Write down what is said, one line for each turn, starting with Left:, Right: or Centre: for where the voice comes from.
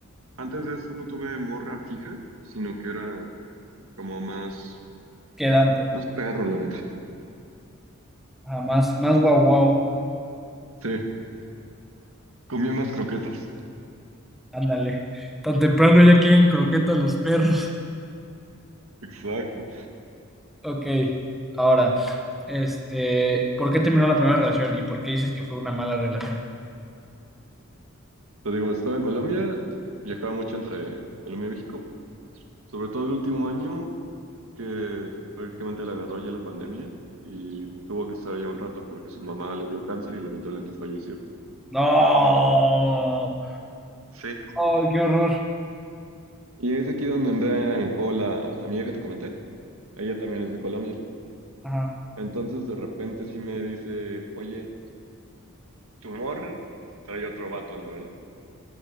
Right: antes de eso no tuve morra fija, sino que era como más,
Centre: que Dante.
Right: más perro, la neta.
Centre: Ajá, más, más guau guau,
Right: Sí, comía más croquetas.
Centre: ándale. Tan temprano ya quieren croquetas los perros.
Right: Exacto.
Centre: Ok, ahora, este, ¿por qué terminó la primera relación y por qué dices que fue una mala relación?
Right: Te digo, estaba en Colombia, viajaba mucho entre Colombia y México, sobre todo el último año que prácticamente la agarró allí la pandemia y tuvo que estar allá un rato porque su mamá le dio cáncer y lamentablemente falleció.
Centre: No,
Right: Sí,
Centre: ¡ay, qué horror!
Right: Y es aquí donde entra en juego la amiga que te comenté. Ella también es de Colombia.
Centre: Ajá.
Right: Entonces de repente sí me dice, oye, tu morra trae otro vato, la verdad.